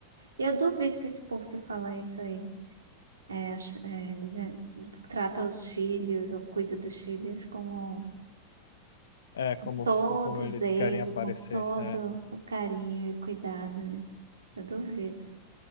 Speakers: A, on the right; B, on the left.
A: E eu duvido que esse povo que fala isso aí, é, ach- é, dizendo- trata os filhos ou cuida dos filhos como
B: É, como,
A: todo
B: como eles
A: zelo,
B: querem aparecer.
A: com todo
B: É.
A: o carinho e cuidado. né? Eu duvido.